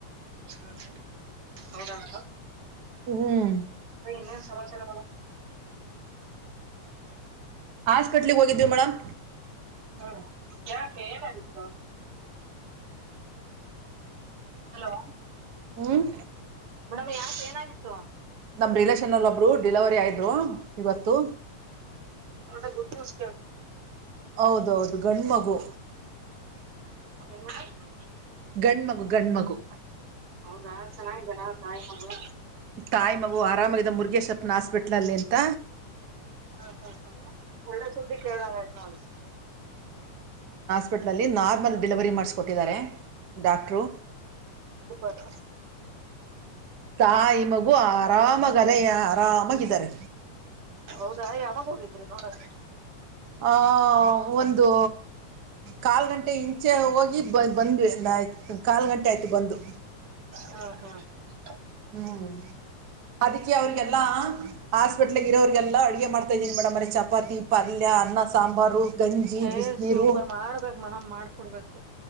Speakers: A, on the right (about 55°); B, on the right (about 75°).
A: ಹ್ಮ್ ಹ್ಮ್ ಹ್ಮ್ ಹೌದ ಮತ್ತ
B: ಹ್ಮ್
A: ಇನ್ನ ಸಮಾಚಾರ?
B: ಹಸ್ ಕಟ್ಲಿಗ್ ಹೋಗಿದ್ವಿ ಮೇಡಮ್.
A: ಹ್ಮ್ ಯನಕ್ಕೆೆ ಏನಾಗಿತ್ತು? ಹಲೋ
B: ಹ್ಮ್
A: ಮೇಡಮ್ ಯಾಕ ಏನಾಗಿತ್ತು?
B: ನಮ್ ರಿಲೇಷನ್ ಅಲ್ಲಿ ಒಬ್ರು ಡಿಲವರಿ ಆಯ್ರು ಇವತ್ತು.
A: ಒ ಗುಡ್ ನ್ಸ್
B: ಹೌದೌದು ಗಂಡ ಮಗು.
A: <unintelligible>
B: ಗಂಡ್ಮಗು ಗಂಡ ಮಗು.
A: ಹೌದಾ ಚೆನ್ನಾಗಿದ್ದಾರಾ ತಾಯಿದು.
B: ತಾಯಿ ಮಗು ಆರಾಮಾಗಿದ್ದ ಮುರುಗೇಶ್ವತ್ನ ಹಾಸ್ಪಿಟಲ್ನಲ್ಲಿ ಎಂತ.
A: ಹ್ಮ್ ಹ್ಮ್ ಹ್ಮ್ ಒಳ್ಳೆ ಸುದ್ದಿ ಕೇಳಂಗ ಆ ನಾ.
B: ಪ ನಾರ್ಮಲ್ ಡೆಲಿವರಿ ಮಾಡಿಸಕೊಟ್ಟಿದ್ದಾರೆ ಡಾಕ್ಟರು
A: ಸುಪರ
B: ತಾಯಿ ಮಗು ಆರಾಮಾಗ ಅಲೆ ಆರಾಮಾಗಿದ್ದಾರೆ.
A: ಹೌದಾ ಯಾವಾಗ ಹೋಗಿದ್ರಿ ನೋಡೋಕೆ?
B: ಆ ಒಂದು ಕಾಲ್ ಗಂಟೆ ಇಂ ಮುಂಚೆ ಹೋಗಿ ಬ ಬಂದ್ವಿ್ ಕಾಲ್ ಗಂಟೆ ಆಯ್ತು ಬಂದು
A: ಹಾ ಹಾ ಹ
B: ಹ್ಮ್ ಅದಕ್ಕೆ ಅವ್ರಿಗೆಲ್ಲಾ ಹಾಸ್ಪಿಟ್ಲ್ ಇರೋಗೆಲ್ಲಾ ಅಡುಗೆ ಮಾಡ್ತ ಇದಿ ಮೇಡಮ್ರೆ ಚಪಾತಿ ಪಲ್ಯ ಅನ್ನ ಸಾಂಬಾರು. ಗಂಜಿ
A: ಏ
B: ಬಿಸಿನೀರು
A: ಸೂಪರ್ ಮಾಡ್ಬೇಕಕ್ ಮನ ಮಾಡ್ಕೊಡ್ಬೇಕು.